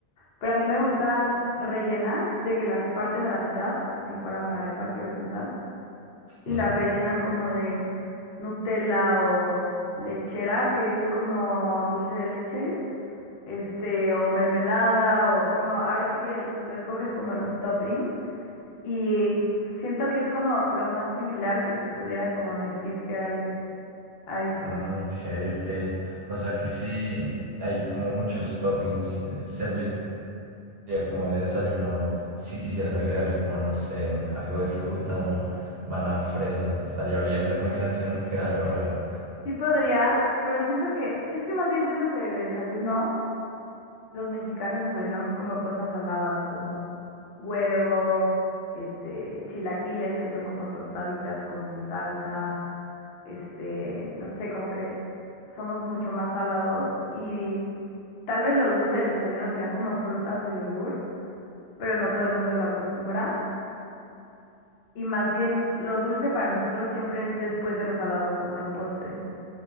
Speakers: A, on the left; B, on the right.
A: Pero a mí me gustan rellenas de que las parten a la mitad, como si fuera una arepa, quiero pensar.
B: Sí.
A: Y las rellenan como de Nutella o lechera, que es como dulce de leche, este, o mermelada, o como, ahora sí que el- tú escoges como los toppings. Y siento que es como lo más similar que te pudiera como decir que hay a eso.
B: Ah, Ok, ok. O sea que sí, hay como muchos toppings. eh, Serviría como de desayuno si quisieras agregarle como, no sé, algo de fruta, banano, fresa. ¿Estaría bien esa combinación o queda algo raro?
A: Sí podrías, pero siento que, es que más bien siento que desayuno. Los mexicanos desayunamos como cosas saladas, como huevo, este, chilaquiles, que son como tostaditas con salsa, este, no sé, como que somos mucho más salados y tal vez lo dulce del desayuno serían como frutas o yogur, pero no todo el mundo lo acostumbra. Y más bien, lo dulce para nosotros siempre es después de lo salado, como el postre.